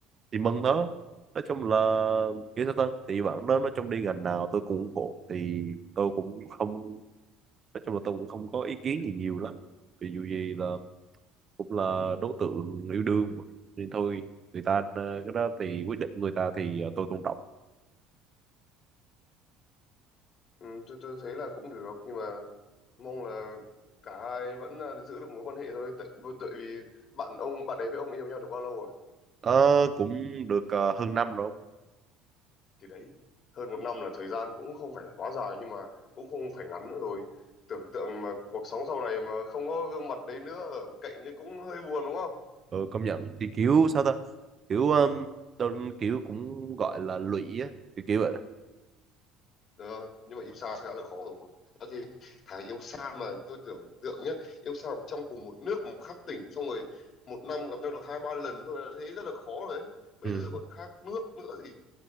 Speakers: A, on the right; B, on the left.
A: thì mừng đó nói chung là kiểu sao ta thì bạn đó nói chung đi ngành nào tôi cũng ủng hộ thì tôi cũng không nói chung là tôi cũng không có ý kiến gì nhiều lắm vì dù gì là cũng là đối tượng yêu đương mà. nên thôi người ta ờ, cái đó thì quyết định người ta thì ờ, tôi tôn trọng
B: ừ, tôi tôi thấy là cũng được nhưng mà mong là cả hai vẫn là giữ được mối quan hệ thôi tại, vô- tại vì bạn ông bạn ấy với ông yêu nhau được bao lâu rồi
A: Ờ, cũng được ờ, hơn năm rồi
B: thì đấy hơn một năm là thời gian cũng không phải quá dài nhưng mà cũng không phải ngắn nữa rồi tưởng tượng mà cuộc sống sau này mà không có gương mặt đấy nữa ở cạnh đấy cũng hơi buồn đúng không
A: ừ, công nhận thì kiểu sao ta kiểu um, tôi kiểu cũng gọi là lụy á kiểu kiểu vậy
B: Đó, nhưng mà yêu xa sẽ đã là khó rồi. Đã thế thà yêu xa mà tôi tưởng tượng nhá, yêu xa mà trong cùng một nước mà khác tỉnh xong rồi một năm gặp nhau được hai ba lần thôi là thấy rất là khó rồi đấy. Bây
A: ừ
B: giờ còn khác nước nữa thì